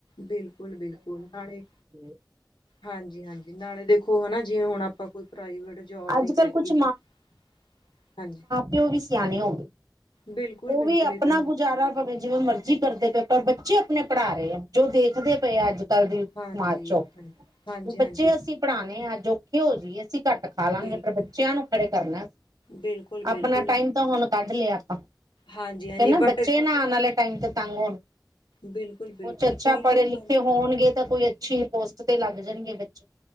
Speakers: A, on the left (about 85°); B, on the right (about 50°).
A: ਬਿਲਕੁਲ-ਬਿਲਕੁਲ ਨਾਲੇ
B: ਹੈ
A: ਹਾਂਜੀ-ਹਾਂਜੀ ਨਾਲੇ ਦੇਖੋਂ ਹਨਾ ਜਿਵੇਂ ਹੁਣ ਆਪਾਂ ਕੋਈ ਪ੍ਰਾਈਵੇਟ ਜੋਬ
B: ਅੱਜ
A: ਵੀ
B: ਕੱਲ
A: <unintelligible>
B: ਕੁਛ
A: ਹਾਂਜੀ।
B: ਕਿ ਉਹ ਵੀ ਸਿਆਣੇਂ ਹੋ ਗਏ
A: ਬਿਲਕੁਲ
B: ਉਹ
A: ਬਿਲਕੁਲ
B: ਵੀ ਆਪਣਾ
A: ਇਹ ਤਾਂ
B: ਗੁਜ਼ਾਰਾ ਭਾਵੇਂ ਜਿਵੇਂ ਮਰਜ਼ੀ ਕਰਦੇਂ ਪਏ ਪਰ ਬੱਚੇ ਆਪਣੇਂ ਪੜ੍ਹਾ ਰਹੇਂ ਆ ਜੋ ਦੇਖਦੇ ਪਏ ਆ ਅੱਜ ਕੱਲ ਦੀ ਸਮਾਜ
A: ਹਾਂਜੀ
B: ਚੋ
A: ਹਾਂਜੀ ਹਾਂਜੀ
B: ਵੀ ਬੱਚੇ
A: ਹਾਂਜੀ
B: ਅਸੀ ਪੜਾਣੇ ਹੈ ਅੱਜ਼ ਔਖ਼ੇ ਹੋ ਜਾਈਏ ਅਸੀਂ ਘੱਟ ਖਾ ਲਾਂਗੇ
A: ਬਿਲਕੁਲ
B: ਪਰ ਬੱਚਿਆਂ ਨੂੰ ਖੜੇ ਕਰਨਾ,
A: ਬਿਲਕੁਲ-ਬਿਲਕੁਲ,
B: ਆਪਣਾ ਟਾਈਮ ਤਾਂ ਹੁਣ ਕੱਢ ਲਿਆ ਆਪਾ।
A: ਹਾਂਜੀ-ਹਾਂਜੀ
B: ਕਿ ਨਾ
A: ਬਟ
B: ਬੱਚੇ ਨਾ ਆਨ ਆਲੇ ਟਾਈਮ ਤੇ ਤੰਗ ਹੋਣ।
A: ਬਿਲਕੁਲ-ਬਿਲਕੁਲ
B: ਕੁਛ ਅੱਛਾ
A: ਕਈ ਲੋਕਾਂ
B: ਪੜ੍ਹੇ ਲਿਖੇ
A: ਦੀ
B: ਹੋਣਗੇ, ਤਾਂ ਕੋਈ ਅੱਛੀ ਪੋਸਟ ਤੇ ਲੱਗ ਜਾਣਗੇ ਬੱਚੇ।